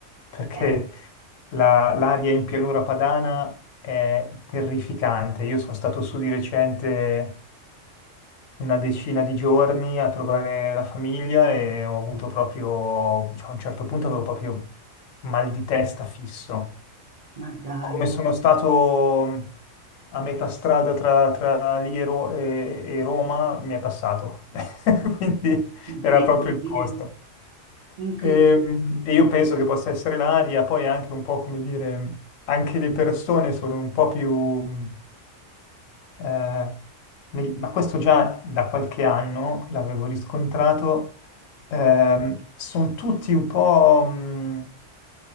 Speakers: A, on the left; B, on the right.
A: perché
B: Eh,
A: la- l'aria in pianura padana è terrificante. Io sono stato su di recente una decina di giorni a trovare la famiglia e ho avuto proprio, cioè, a un certo punto avevo proprio mal di testa fisso.
B: ma dai,
A: come sono stato a metà strada tra, tra lì e, Ro- e- e Roma, mi è passato. <laughs> Quindi
B: incredibile,
A: era proprio il posto.
B: incredibile.
A: E, mm, e io penso che possa essere l'aria, poi anche un po', come dire, anche le persone sono un po' più... eh, nel- ma questo già da qualche anno l'avevo riscontrato, ehm, sono tutti un po'... mm,